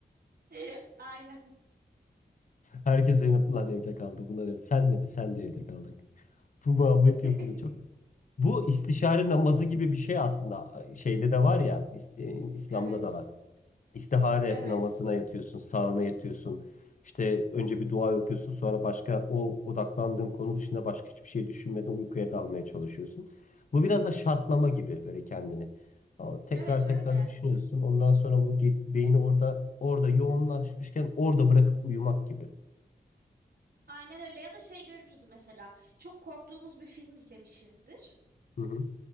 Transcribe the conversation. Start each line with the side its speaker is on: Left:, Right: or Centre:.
Right: <laughs> Aynen.
Left: Herkes evde, evde kaldı. Bunlar evde. Sen de mi? Sen de evde kaldık. Bu muhabbet
Right: <laughs>
Left: yapılıyor çok. Bu istişare namazı gibi bir şey aslında. Şeyde de var ya, İs- e, İslam'da
Right: Evet.
Left: da var. İstihare
Right: Evet.
Left: namazına yatıyorsun, sağına yatıyorsun. İşte önce bir dua okuyorsun, sonra başka o odaklandığın konu dışında başka hiçbir şey düşünmeden uykuya dalmaya çalışıyorsun. Bu biraz da şartlama gibi böyle kendini. Ama Tekrar
Right: Evet
Left: tekrar
Right: öyle.
Left: düşünüyorsun. Ondan sonra bu ge- beyni orada orada yoğunlaşmışken orada bırakıp uyumak gibi.
Right: Aynen öyle ya da şey görürüz mesela çok korktuğumuz bir film izlemişizdir.
Left: Hı hı.